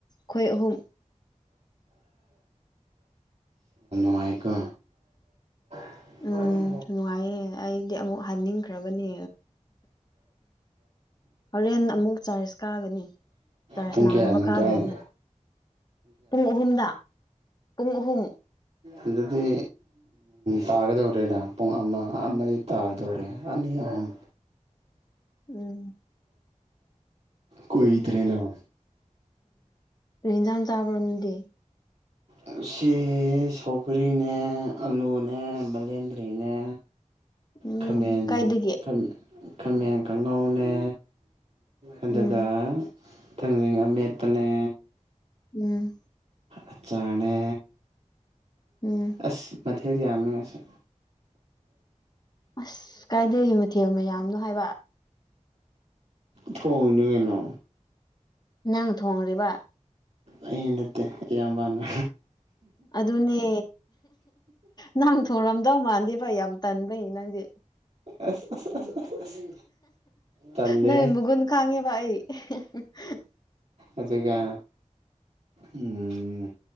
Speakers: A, on the left; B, on the right.
A: ꯈꯣꯏ ꯑꯍꯨꯝ
B: ꯃꯥꯏꯀꯣ <inaudible>
A: ꯎꯝ ꯅꯨꯡꯉꯥꯏꯌꯦ ꯑꯩꯗꯤ ꯑꯃꯨꯛ ꯍꯥꯏꯅꯤꯡꯈ꯭ꯔꯕꯅꯦ ꯍꯣꯔꯦꯟ ꯑꯃꯨꯛ ꯆꯥꯔꯖ ꯀꯥꯒꯅꯤ ꯆꯥꯔꯖ
B: ꯄꯨꯡ
A: ꯅꯥꯡꯅꯕ
B: ꯀꯌꯥꯗꯅꯣ
A: ꯀꯥꯗꯣꯏꯅꯦ
B: ꯀꯥꯏ
A: ꯄꯨꯡ ꯑꯍꯨꯝꯗ ꯄꯨꯡ ꯑꯍꯨꯝ
B: ꯑꯗꯨꯗꯤ ꯇꯥꯒꯗꯧꯔꯦꯗ ꯄꯨꯡ ꯑꯃ ꯑꯃꯗꯤ ꯇꯥꯗꯧꯔꯦ ꯑꯅꯤ ꯑꯍꯨꯝ
A: ꯎꯝ
B: ꯀꯨꯏꯗ꯭ꯔꯦꯅ
A: ꯀꯩ ꯍꯤꯡꯖꯥꯡ ꯆꯥꯕꯔꯣ ꯅꯪꯗꯤ
B: ꯎꯝꯁꯤ ꯁꯧꯒꯔꯤꯅꯦ ꯑꯂꯨꯅꯦ ꯕꯂꯦꯟꯗ꯭ꯔꯤꯅꯦ
A: ꯎꯝ
B: ꯈꯥꯃꯦꯟ
A: ꯀꯥꯏꯗꯒꯤ
B: ꯈꯝ ꯈꯥꯃꯦꯟ ꯀꯥꯡꯉꯧꯅꯦ ꯑꯗꯨꯒ
A: ꯎꯝ
B: ꯊꯥꯡꯖꯤꯡ ꯑꯃꯦꯠꯄꯅꯦ
A: ꯎꯝ
B: ꯑꯆꯥꯔꯅꯦ
A: ꯎꯝ
B: ꯑꯁ ꯃꯊꯦꯜ ꯌꯥꯝꯃꯦ ꯉꯁꯤ
A: ꯑꯁ ꯀꯥꯏꯗꯒꯤ ꯃꯊꯦꯜ ꯃꯌꯥꯝꯅꯣ ꯍꯥꯏꯕ
B: ꯊꯣꯡꯉꯅꯤ ꯀꯅꯣ
A: ꯅꯪ ꯊꯣꯡꯔꯤꯕ
B: ꯑꯩ ꯅꯠꯇꯦ ꯏꯌꯥꯝꯕꯅꯥ
A: ꯑꯗꯨꯅꯦ ꯅꯪ ꯊꯣꯡꯔꯝꯗꯧ ꯃꯥꯟꯗꯦꯕ ꯌꯥꯝ ꯇꯟꯕꯩ ꯅꯪꯗꯤ
B: ꯑꯁ ꯑꯁ ꯑꯁ ꯑꯁ ꯑꯁ ꯇꯜꯂꯦꯍꯦ
A: ꯅꯪ ꯃꯒꯨꯟ ꯈꯥꯡꯉꯦꯕ <unintelligible>
B: ꯑꯗꯨꯒ ꯎꯝ